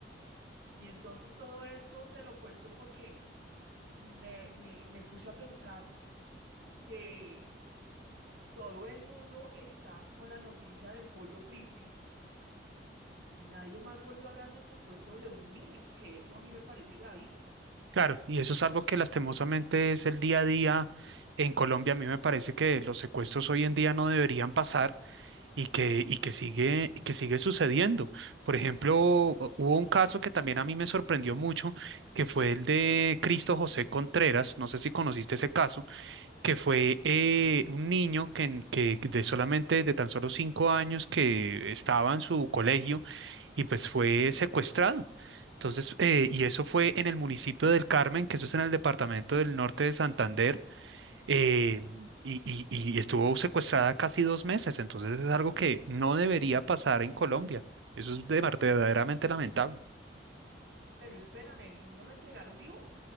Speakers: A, on the right (about 70°); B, on the right (about 85°).
A: Y entonces todo esto te lo cuento porque me, me, me puse a pensar que todo el mundo está con la noticia del pollo frisbee y nadie más volvió a hablar del secuestro de un niño, que eso a mí me parece gravísimo.
B: Claro, y eso es algo que lastimosamente es el día a día en Colombia. A mí me parece que los secuestros hoy en día no deberían pasar y que, y que sigue, que sigue sucediendo. Por ejemplo, hu- hubo un caso que también a mí me sorprendió mucho, que fue el de Cristo José Contreras, no sé si conociste ese caso, que fue eh, un niño que, en- que de solamente, de tan solo cinco años, que estaba en su colegio y pues fue secuestrado. Entonces, eh, y eso fue en el municipio del Carmen, que eso es en el departamento del norte de Santander eh, y, y- y estuvo secuestrada casi dos meses, entonces es algo que no debería pasar en Colombia. Eso es de- verdaderamente lamentable.
A: Pero espérame, ¿el niño lo entregaron vivo?